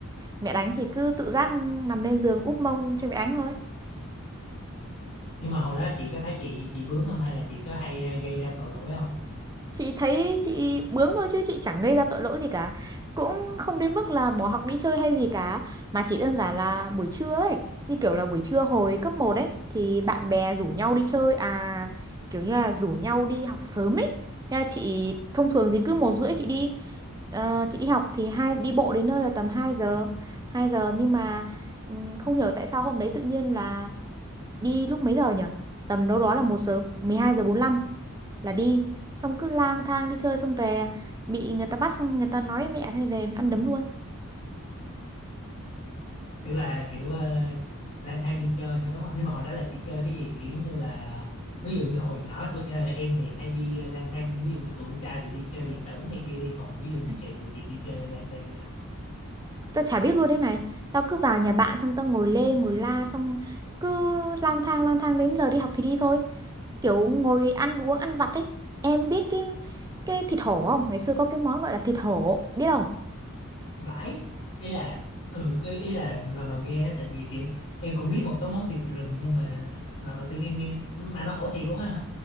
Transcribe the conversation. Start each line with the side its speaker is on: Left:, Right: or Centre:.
Right: mẹ đánh thì cứ tự giác nằm lên giường úp mông cho mẹ đánh thôi
Left: nhưng mà hồi đó chị có thấy chị chị bướng không hay là chị có hay ờ, gây ra tội lỗi không
Right: chị thấy chị bướng thôi chứ chị chẳng gây ra tội lỗi gì cả cũng không đến mức là bỏ học đi chơi hay gì cả mà chỉ đơn giản là buổi trưa ấy như kiểu là buổi trưa hồi cấp một ấy thì bạn bè rủ nhau đi chơi à kiểu như là rủ nhau đi học sớm ấy Thế là chị thông thường thì cứ một rưỡi chị đi ờ, chị đi học thì hai đi bộ đến nơi là tầm hai giờ hai giờ nhưng mà ừm, không hiểu tại sao hôm đấy tự nhiên là đi lúc mấy giờ nhỉ tầm đâu đó là một giờ 12 giờ bốn lăm là đi xong cứ lang thang đi chơi xong về bị người ta bắt xong người ta nói với mẹ thế về ăn đấm luôn
Left: tức là kiểu ờ, lang thang đi chơi thôi đúng không nhưng mà hồi đó là chị chơi cái gì kiểu giống như là ví dụ như hồi nhỏ tụi ờ, em thì hay đi ờ, lang thang ví dụ như tụi con trai thì đi chơi điện tử này kia đi còn ví dụ như
Right: Ừ.
Left: chị thì chị đi chơi lang thang đi đâu
Right: tao chả biết luôn đấy mày tao cứ vào nhà bạn xong tao ngồi lê ngồi la xong cứ lang thang lang thang đến giờ đi học thì đi thôi kiểu ngồi ăn uống ăn vặt ấy em biết cái cái thịt hổ không ngày xưa có cái món gọi là thịt hổ biết không
Left: bãi ý là ừ ý, ý là lần đầu nghe á, tại vì kiểu em cũng biết một số món thịt rừng nhưng mà lần đầu tiên em nghe mà nó khổ thiệt luôn á hả